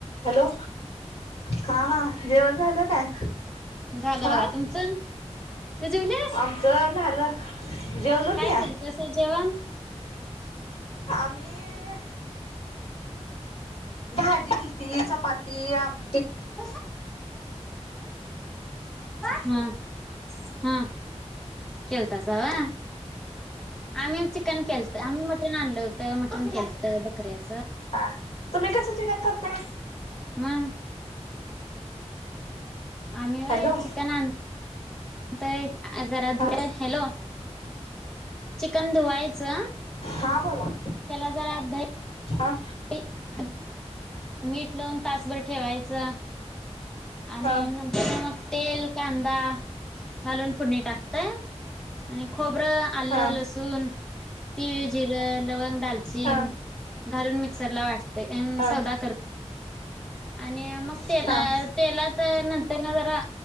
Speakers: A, on the left; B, in the centre.
A: Hello. हां हां जेवण झालं काय?
B: झालं
A: हं
B: बघा तुमचं तू जेवलीस
A: आमचं झालं. जेवलो
B: काय
A: की. <inaudible>
B: केलतस जेवण
A: आम्ही भाजी केलती चपाती आम
B: <unintelligible> ह हा केळतासा व्हय आमही ह च कन केलतं आम्ही मटन आणलं होतं मटन केलतं बकऱ्याच
A: हा तुम्ही कस चिकन करता <inaudible>
B: मग आम्ही वय
A: हॅलो
B: चिकन आण -- त एक जरा
A: हा
B: हॅलो चिकन धुवायचं
A: हा बोला
B: त्याला जरा धई
A: हा
B: <unintelligible> मीठ लावून तासभर ठेवायचं आणि
A: हा
B: नंतर मग तेल कांदा घालून फुडणी टाक <unintelligible> आणि खोबरं आलं
A: हा
B: लसून तीळ जिरं लवंग दालचिंग
A: हा
B: घालून मिक्सर ला वाटते ते एम
A: हा
B: सवदा -आणि मग तेला
A: हा
B: तेलात <unintelligible> जरा